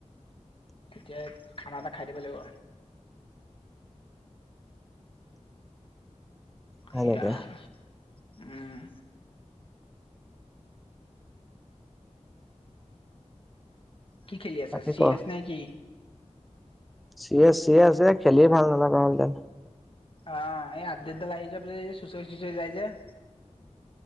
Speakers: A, on the left; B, in the centre.
A: তেতিয়াই খানা এটা খাই দিব লাগিব
B: সেনেকে
A: সেইয়া আৰু উম কি খেলি আছা
B: বাকী
A: চি
B: ক
A: এছ নে কি
B: চি এছ চি এছ যে খেলি ভাল নলগা হ'ল এতিয়া
A: অ' এই আপদেত ডাল আহি যোৱাৰ পিছত এই চুচৰি চুচৰি যাই যে